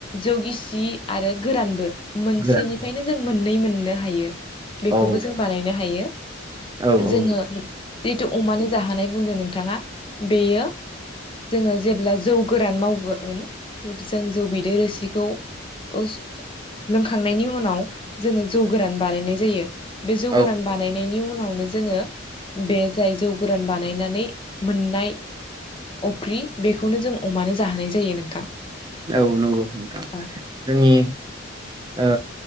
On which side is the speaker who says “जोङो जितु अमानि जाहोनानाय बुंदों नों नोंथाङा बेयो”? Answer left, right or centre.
Left